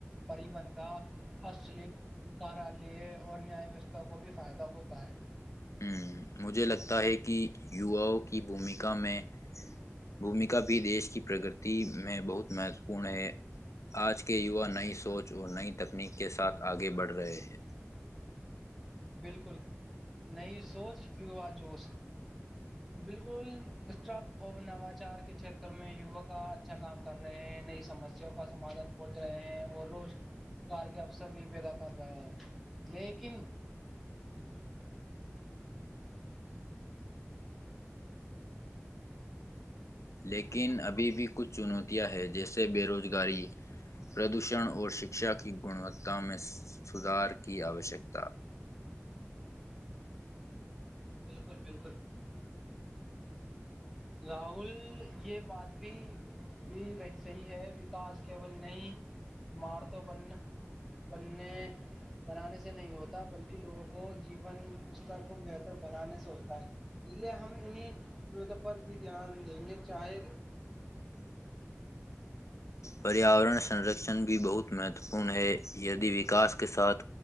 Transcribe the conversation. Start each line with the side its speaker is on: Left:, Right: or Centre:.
Centre: پریبن کالپ کارلیہ اور نیا ویوھا کو بھی فائدہ ہوتا ہے
Left: ہوں مجھے لگتا ہے کہ یوواؤں کے کی بھومکا میں بھومکا بھی دیش کی پرگتی میں بہت مہتوپورن ہے آج کے کہ یوا نئی سوچ اور نئی تکنیک کے ساتھ آگے بڑھ رہے ہیں
Centre: بالکل نئی سوچ یا جوش بالکل اسٹپ اور نواچار کے چھیتر میں یوا کا اچھا کام کر رہے ہیں نئی سمسیا کا سمادھان کھج رہے ہیں اور روزگار کے اوسر بھی پیدا کر رہے ہیں لیکن السلام علیکم محترم
Left: لیکن ابھی بھی کچھ چنوتیاں ہیں جیسا سے بےروزگاری پردوشن اور شکشا کی گنوتا میں سدھار کی آوشکتا
Centre: بالکل بالکل راہل یہ بات بھی بھی صحیح ہے وکاس کیول نئی مارتوں ب بننے بنانے سے نہیں ہوتا بلکہ لوگوں کو جیون استر کو بہتر بنانے سے ہوتا ہے اس لیے ہم انیں پر بھی دھیان دیں گے چاہے
Left: پریاورننرکن بھی بہت مہتو پورن ہے یدی وکاس کے ساتھ